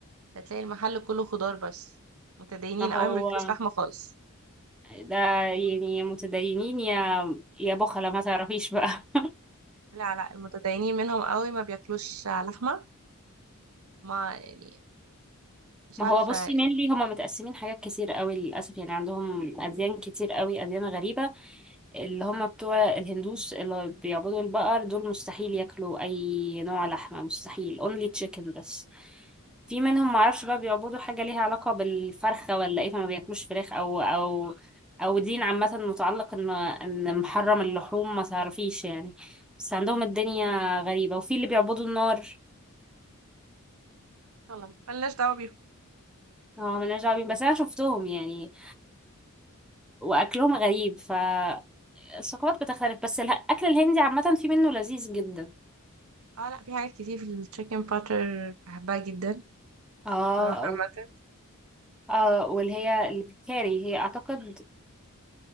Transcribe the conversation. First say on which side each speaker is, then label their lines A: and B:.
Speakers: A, on the right; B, in the centre.
A: هتلاقي المحل كله خضار بس متدينين
B: ما هو
A: قوي ما بياكلوش لحمه خالص
B: ده يعني يا متدينين يا يا بخلة ما تعرفيش بقى <laughs>
A: لا لا المتدينين منهم قوي ما بياكلوش لحمه ما يعني مش
B: ما
A: عارفه
B: هو بصي مينلي هما متقسمين حاجات كتير قوي للأسف يعني عندهم أديان كتير قوي أديان غريبة اللي هم بتوع الهندوس اللي بيعبدوا البقر دول مستحيل ياكلوا اي نوع لحمه مستحيل only chicken بس في منهم معرفش بقى بيعبدوا حاجه ليها علاقه بالفرخه ولا ايه فما بياكلوش فراخ او او او دين عامه متعلق ان ان محرم اللحوم ما تعرفيش يعني بس عندهم الدنيا غريبه وفي اللي بيعبدوا النار
A: يلا ملناش دعوه بيهم
B: اه ملناش دعوة بيهم. بس انا شفتهم يعني واكلهم غريب فالثقافات بتختلف بس الاكل الهندي عامه في منه لذيذ جدا
A: اه لا في حاجات كتير في التشيكن باتر بحبها جدا
B: اه
A: صراحه عامه
B: اه واللي هي الكاري هي اعتقد